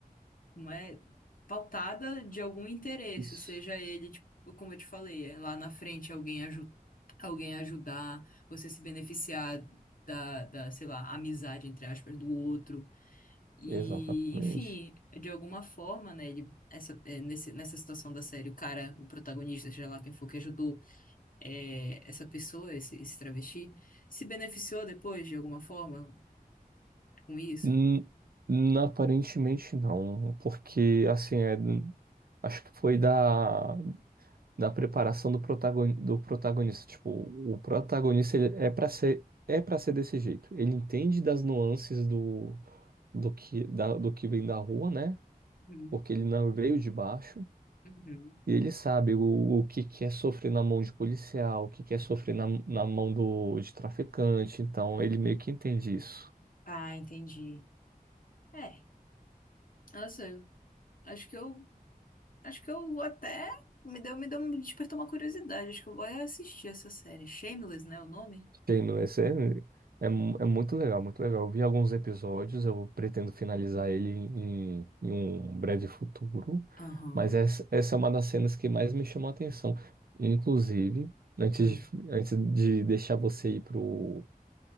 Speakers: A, on the left (about 65°); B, on the right (about 75°).
A: como é, pautada de algum interesse,
B: Isso.
A: seja ele, tipo, como eu te falei, é lá na frente alguém, aju alguém ajudar, você se beneficiar da, da, sei lá, amizade, entre aspas, do outro. E,
B: Exatamente.
A: enfim, de alguma forma, né, ele, essa, é, nesse, nessa situação da série, o cara, o protagonista, seja lá quem for que ajudou é, essa pessoa, esse, esse travesti, se beneficiou depois, de alguma forma, com isso?
B: Hum, n- aparentemente não, porque assim é, acho que foi da, da preparação do, protagoni, do protagonista. Tipo, o protagonista ele é para ser é para ser desse jeito. Ele entende das nuances do do que da, do que vem da rua, né?
A: Uhum,
B: Porque ele não veio de baixo
A: uhum.
B: e ele sabe o, o que que é sofrer na mão de policial, o que que é sofrer na, na mão do de traficante. Então ele meio que entende isso.
A: Ah, entendi. É. Nossa, Acho que eu, acho que eu até me deu, me deu, me despertou uma curiosidade. Acho que eu vou é assistir essa série. Shameless, né, o nome?
B: Sim, no esse é, é, mu- é muito legal, muito legal. Eu vi alguns episódios, eu pretendo finalizar ele em, em um breve futuro,
A: Aham.
B: mas essa, essa é uma das cenas que mais me chamou a atenção. Inclusive, antes
A: Hum.
B: de, antes de deixar você ir pro,